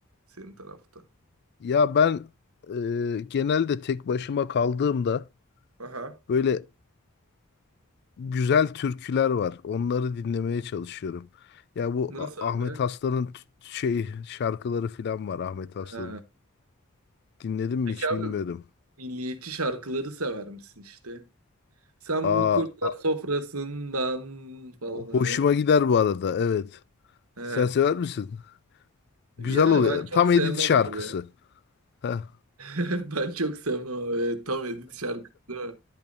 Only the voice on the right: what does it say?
Senin tarafta.
Aha.
Nasıl
abi?
Ha.
Peki
abi
milliyetçi şarkıları sever misin işte? Sen
bu kurtlar
sofrasından falan hani.
He.
Yani
ben çok
sevmem
abi
<laughs> Ben çok sevmem abi. Tam edit şarkısı değil mi?